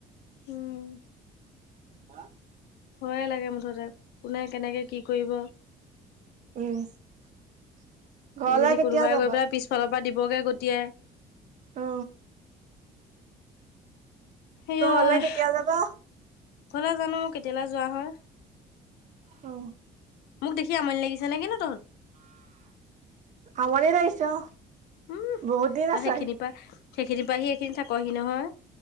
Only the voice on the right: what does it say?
হা
<unintelligible> ঘৰলে
কেতিয়া
যাবা?
অ
ঘৰলে
কেতিয়া যাবা?
অ
আমনি লাগিছে অ
বহুত দিন আছাহি।